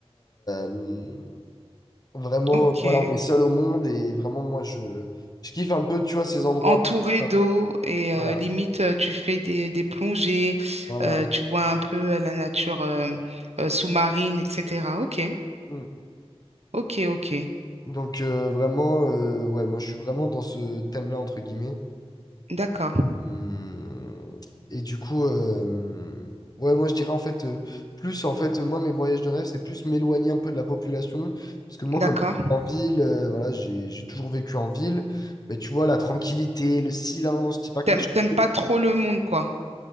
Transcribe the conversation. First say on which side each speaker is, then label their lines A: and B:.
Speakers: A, on the left (about 35°); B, on the right (about 80°).
A: euh, vraiment,
B: ok.
A: voilà, on est seul au monde et vraiment, moi, je, je kiffe un peu, tu vois, ces endroits.
B: entouré
A: comme ça.
B: d'eau et
A: Voilà,
B: euh, limite euh, tu fais des, des plongées,
A: voilà.
B: euh, tu vois un peu euh, la nature euh, euh, sous-marine, etc. Ok,
A: Mm.
B: ok, ok.
A: Donc euh, vraiment, euh, ouais, moi, je suis vraiment dans ce thème-là entre guillemets.
B: D'accord,
A: Hum, Et du coup, euh, ouais, moi je dirais en fait, euh, plus en fait, moi mes voyages de rêve, c'est plus m'éloigner un peu de la population. Parce que moi,
B: d'accord.
A: comme je vis en ville, euh, voilà, j'ai, j'ai toujours vécu en ville. Mais tu vois, la tranquillité, le silence, c'est pas quelque
B: T'aimes,
A: chose.
B: t'aimes
A: qui-
B: pas trop le monde, quoi.